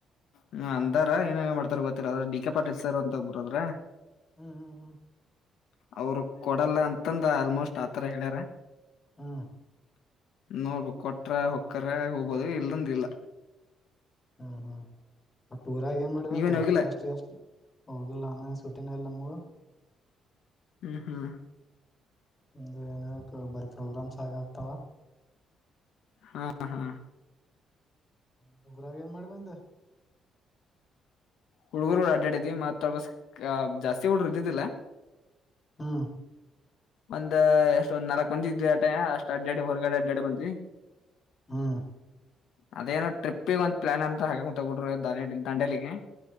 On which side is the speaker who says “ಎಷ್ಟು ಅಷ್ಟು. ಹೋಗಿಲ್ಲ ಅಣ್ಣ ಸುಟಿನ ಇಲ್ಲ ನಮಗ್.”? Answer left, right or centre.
Left